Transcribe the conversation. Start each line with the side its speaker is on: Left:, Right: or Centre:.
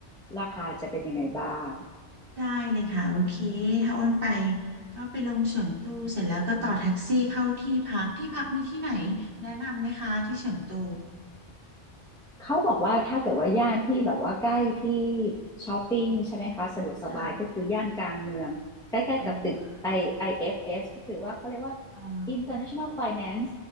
Centre: ราคาจะเป็นยังไงบ้าง
Right: ได้เลยค่ะโอเคถ้าอ้นไปก็ไปลงเฉิงตูเสร็จแล้วก็ต่อแท็กซี่เข้าที่พักที่พักมีที่ไหนแนะนำไหมคะที่เฉิงตู
Centre: เขาบอกว่าถ้าเกิดว่าย่านที่แบบว่าใกล้ที่ช้อปปิ้งใช่ไหมคะสะดวกสบายก็คือย่านกลางเมืองใกล้ๆกับตึก
Right: ค่ะอ๋อค่ะ
Centre: I เ f s ก็คือว่าเขาเรียกว่า
Right: อ๋อ
Centre: International Finance